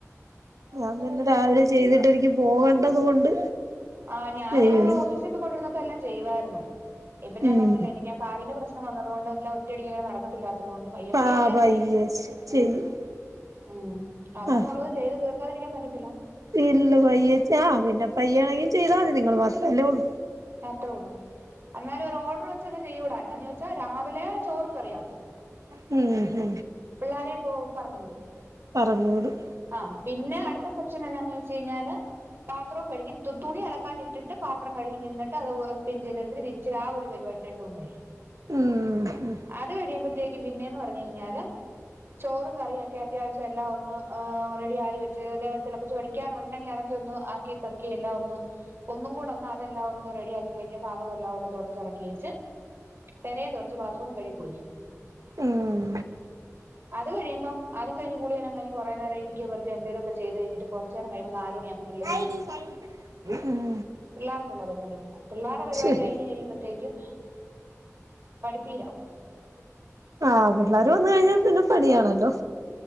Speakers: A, on the right; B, on the right.
A: ഞാൻ ഇന്ന് രാവിലെ ചെയ്തിട്ട് എനിക്ക് പോകണ്ടത് കൊണ്ട്
B: ആ ഞാന്
A: ചെയ്യും
B: ഓഫീസിൽപ്പൊയ്ക്കോണ്ടിരുന്നപ്പോ എല്ലാം ചെയ്യുവായിരുന്നു ഇപ്പൊ ഞാൻ
A: ഉം
B: പറഞ്ഞില്ലേ എനിക്ക് ആ കാലിന്റെ പ്രശ്- പ്രശ്നം വന്നതുകൊണ്ടും എല്ലാം ഒറ്റയടിക്കങ്ങനെ നടക്കത്തില്ലാത്തതുകൊണ്ടും പയ്യെ പയ്യെ
A: ആ
B: എല്ലാം
A: പയ്യെ
B: ചെയ്യും.
A: ചെയ്യും
B: ഹ്മ്മ്, അന്നന്നുള്ളത്
A: ആ
B: ചെയ്ത് തീർക്കാതിരിക്കാൻ പറ്റത്തില്ല.
A: ഇല്ല പയ്യെച്ചാ പിന്നെ പയ്യെണെങ്കിലും ചെയ്താൽ മതി നിങ്ങള് മാത്രല്ലേ ഉള്ളൂ.
B: അത്രേ ഉള്ളൂ എന്നാലും ഒരു ഓർഡർ വെച്ചങ്ങ് ചെയ്യൂടാ എന്നാന്ന് വെച്ചാ രാവിലെ ചോറും കറിയാക്കും
A: ഹ്മ്മ് മ്
B: പിള്ളാരെയും പോ പറഞ്ഞ് വിടും.
A: പറഞ്ഞ് വിടും.
B: ആ പിന്നെ അടുത്ത സെക്ഷൻ എന്നാന്ന് ചോദിച്ച് കഴിഞ്ഞാല് പാത്രോം കഴുകി തു തുണി അലക്കാൻ ഇട്ടിട്ട് പാത്രം കഴുകി നിന്നിട്ട് അത് ഒ സ്പിൻ ചെയ്തെടുത്ത് വിരി <unintelligible> ആ ഒരു പരിപാടി രണ്ടുവങ്ങ് കഴിയും
A: ഹ്മ്മ് മ്
B: അത് കഴിയുമ്പോത്തേക്കും പിന്നെന്ന് പറഞ്ഞ് കഴിഞ്ഞാല് ചോറും കറിയും ഒക്കെ അത്യാവിശ്യം എല്ലാം ഒന്ന് ഏഹ് റെഡി ആയി വെച്ച് പിന്നെ തെളപ്പിച്ച് <unintelligible> അടിക്കാനുണ്ടെങ്കി അതൊക്കെ ഒന്ന് ആക്കി പെറുക്കി എല്ലാം ഒന്ന് ഒന്നും കൂടെ ഒന്ന് അതെല്ലാം ഒന്ന് റെഡിയാക്കി കഴിഞ്ഞ് പാദകമെല്ലാം ഒന്ന് തൊടച്ചെറക്കിയേച്ച് പെരയും തുടച്ച് ബാത്റൂമും കഴുകി കുളിക്കും
A: ഉം
B: അത് കഴിയുമ്പം അതും കഴിഞ്ഞ് കുളിയെല്ലാം കഴിഞ്ഞ് കുറെ നേരം ഇരിക്കെ പെറുക്കെ എന്തെലൊക്കെ ചെയ്തഴിഞ്ഞിട്ട് കൊറെച്ചേരം കഴിയുമ്പോ നാലു മണിയാകുമ്പോ പിള്ളേര് വരും.
A: <unintelligible> ഉം
B: പിള്ളാർക്കുള്ള പെരുപാടി നോക്കും. പിള്ളാരെ പെരുപാടി
A: ശരി
B: കഴിഞ്ഞ് കഴിയുമ്പോത്തേക്കും പഠിപ്പീരാവും.
A: ആഹ് പിള്ളാര് വന്ന് കഴിഞ്ഞാൽ പിന്നെ പണിയാണല്ലോ